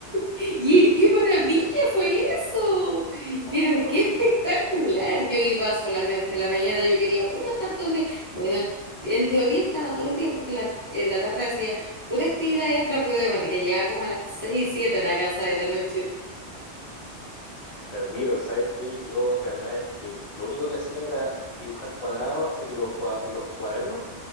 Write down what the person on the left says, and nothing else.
Sí,
oh,
horrible.
Te admiro, ¿sabes qué? Yo la verdad es que lo único que hacía era dibujar cuadrados en los, cua- en los cuadernos,